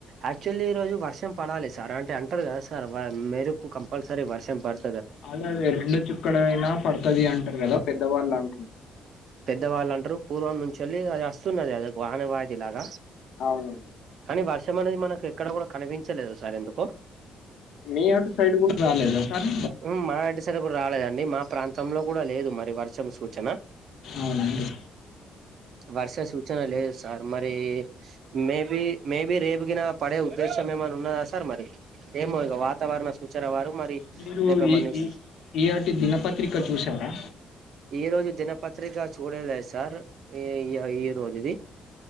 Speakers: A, on the right; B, on the left.
A: యాక్చల్లీ ఇరోజు వర్షం పడాలె సర్ అంటే అంటర్గదాసార్ వ మెరుపు కంపల్సరీ వర్షం పడ్
B: అదదే రెండు చుక్కడైనా పడతది అంటర్గద పెద్దవాళ్ళం
A: పెద్దవాళ్ళంటరు పూర్వంనుంచెల్లి అది అస్తున్నది అదొక్ ఆనవాతీలాగ
B: ఔను
A: కని వర్షం అనేద్మనక్ ఎక్కడ గుడ కనిపించలేదు సార్ ఎందుకో
B: మీ అటు సైడ్ గుడ రాలేదా సర్
A: ఉమ్మ్ మాఇంటి సైడు గుడ రాలేదండి మా ప్రాంతంలో గుడ లేదు మరి వర్షం సూచన
B: ఔనాండి
A: వర్ష సూచన లేదు సార్ మరీ మేబీ మేబి రేపుగిన పడే ఉద్దేశం ఏమన్నా ఉన్నదా సార్ మరి ఏమో ఇగ వాతావరణ సూచర వారు మరి
B: మీరు
A: రేపు
B: ఈ
A: మనీష్
B: ఈ ఈయాటి దినపత్రిక చూసారా
A: ఏ రోజు దినపత్రిక చూడలేదు. సార్ ఇగ ఈ రోజుది